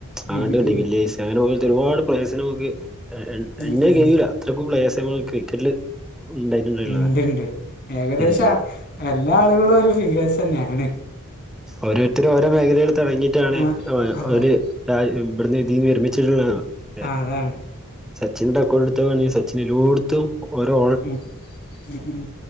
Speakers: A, in the centre; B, on the left.
A: അ <unintelligible>
B: ഉം ഉം.
A: വില്ലേജ <unintelligible> അങ്ങനെ പോലത്തെ ഒരുപാട് <unintelligible> നമുക്ക് <unintelligible>
B: ഉം ഉം.
A: കഴിയൂല ഇത്രക്ക് പ്ലേയേഴ്സങ്ങ് ക്രിക്കറ്റില് ഉണ്ടായിട്ടുണ്ടായിള്ളതാ
B: ണ്ട്ണ്ട് ഏകദേശ
A: ഉം
B: എല്ലാ ആളുകളും ഒരു ഫിഗേഴ്സന്നേണ്
A: ഓരോരുത്തര് ഓരോ മേഖലേല് തുടങ്ങിട്ടാണ്
B: ആ
A: ഒ
B: അതന്നെ
A: ഒര് ടാ ഇവിടുന്ന് ഇതീന്ന് വിരമിച്ചിട്ട് <unintelligible>
B: ആ അതാണ്
A: സച്ചിന്റെ റെക്കോർഡെടുത്തോ വേണേ സച്ചിനിലൂടുത്തും ഒ ഒരോ
B: ഉം ഉ ഊം